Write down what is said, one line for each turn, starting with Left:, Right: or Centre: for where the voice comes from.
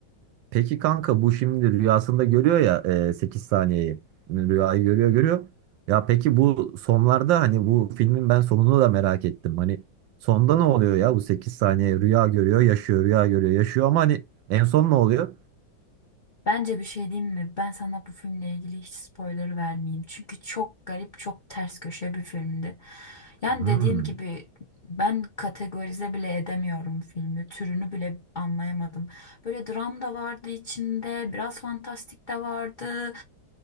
Right: peki kanka bu şimdi rüyasında görüyor ya e, 8 saniyeyi. Rüyayı görüyor görüyor. Ya peki bu sonlarda hani bu filmin ben sonunu da merak ettim. Hani sonda ne oluyor ya bu 8 saniye rüya görüyor yaşıyor rüya görüyor yaşıyor ama hani en son ne oluyor?
Left: Bence bir şey diyeyim mi? Ben sana bu filmle ilgili hiç spoiler vermeyeyim. Çünkü çok garip, çok ters köşe bir filmdi. Yani
Right: Hmm.
Left: dediğim gibi ben kategorize bile edemiyorum filmi. Türünü bile anlayamadım. Böyle dram da vardı içinde, biraz fantastik de vardı.